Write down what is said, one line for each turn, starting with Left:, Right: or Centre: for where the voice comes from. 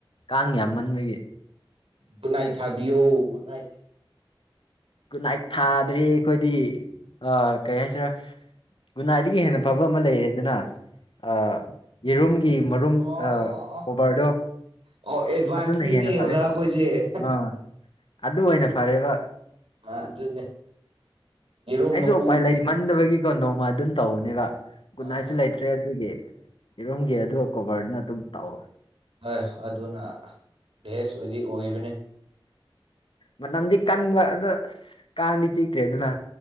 Left: ꯀꯥꯡ ꯌꯥꯝꯃꯟꯕꯒꯤ
Right: ꯒꯨꯗ ꯅꯥꯏꯠ ꯊꯥꯕꯤꯌꯣ ꯒꯨꯗ ꯅꯥꯏꯠ
Left: ꯒꯨꯗ ꯅꯥꯏꯠ ꯊꯥꯗ꯭ꯔꯦ ꯑꯩꯈꯣꯏꯗꯤ ꯑꯥ ꯀꯩ ꯍꯥꯏꯁꯤꯔꯥ ꯒꯨꯗ ꯅꯥꯏꯗꯒꯤ ꯍꯦꯟꯅ ꯐꯕ ꯑꯃ ꯂꯩꯔꯦꯗꯅ ꯑꯥ ꯌꯦꯔꯨꯝ ꯀ ꯃꯔꯨꯝ
Right: ꯑꯣ ꯑꯣ
Left: ꯑꯥ
Right: ꯑꯣ
Left: ꯀꯣꯚꯔꯗꯣ
Right: ꯑꯣ ꯑꯦꯗꯚꯥꯟꯁꯅꯤꯅꯦ
Left: ꯑꯗꯨꯅ ꯍꯦꯟꯅ ꯐꯔꯦ
Right: ꯑꯣꯖꯥ ꯑꯩꯈꯣꯏꯁꯦ
Left: ꯑꯥ ꯑꯗꯨ ꯑꯣꯏꯅ ꯐꯔꯦꯕ
Right: ꯑꯥ ꯑꯗꯨꯅꯦ ꯌꯦꯔꯨꯝ
Left: ꯑꯩꯁꯨ
Right: ꯃꯀꯨ
Left: ꯎꯄꯥꯏ ꯂꯩ ꯃꯟꯗꯕꯒꯤ ꯀꯣ ꯅꯣꯡꯃ ꯑꯗꯨꯝ ꯇꯧꯅꯦꯕ ꯒꯨꯗꯅꯥꯏꯠꯁꯨ
Right: ꯑꯥ
Left: ꯂꯩꯇ꯭ꯔꯦ ꯑꯗꯨꯒꯤ ꯌꯦꯔꯨꯝꯒꯤ ꯑꯗꯨꯏ ꯀꯣꯚꯔꯅ ꯑꯗꯨꯝ ꯇꯧꯔꯦ
Right: ꯍꯣꯏ ꯑꯗꯨꯅ ꯚꯦꯁ ꯑꯣꯏꯗꯤ ꯑꯣꯏꯕꯅꯤ
Left: ꯃꯅꯝꯗꯤ ꯀꯟꯕ ꯑꯗꯨ ꯑꯁ ꯀꯥꯡꯗꯤ ꯆꯤꯇ꯭ꯔꯦꯗꯅ